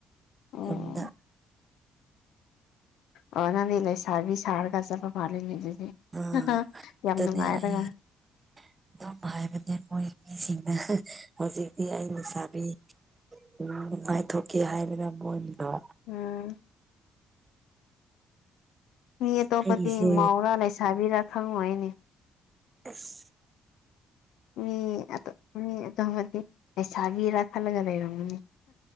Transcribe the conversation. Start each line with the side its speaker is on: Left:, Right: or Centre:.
Left: ꯑꯣ
Right: ꯌꯨꯝꯗ
Left: ꯑꯣ ꯅꯪꯗꯤ ꯂꯩꯁꯥꯕꯤ ꯁꯥꯔꯒ ꯆꯠꯕ ꯃꯥꯜꯂꯤꯅꯤ ꯑꯗꯨꯗꯤ
Right: ꯑꯥ
Left: <unintelligible> ꯌꯥꯝ
Right: ꯑꯗꯨꯅꯦ
Left: ꯅꯨꯡꯉꯥꯏꯔꯒ
Right: ꯑꯩ ꯑꯗꯨꯝ ꯍꯥꯏꯕꯅꯦ ꯃꯣꯏ ꯃꯤꯁꯤꯡꯅ ꯍꯧꯖꯤꯛꯇꯤ ꯑꯩ ꯂꯩꯁꯥꯕꯤ ꯅꯨꯡꯉꯥꯏꯊꯣꯛꯀꯦ ꯍꯥꯏꯕꯗ <unintelligible> ꯑꯃꯗꯣ
Left: ꯎꯝ ꯃꯤ ꯑꯇꯣꯞꯄꯗꯤ
Right: ꯑꯩꯒꯤꯁꯦ
Left: ꯃꯧꯔꯥ ꯂꯩꯁꯥꯕꯤꯔ ꯈꯪꯉꯣꯏꯅꯦ
Right: ꯑꯦꯁ
Left: ꯃꯤ ꯃꯤ ꯑꯇꯣꯄꯗꯤ ꯂꯩꯁꯥꯕꯤꯔ ꯈꯜꯂꯒ ꯂꯩꯔꯝꯒꯅꯤ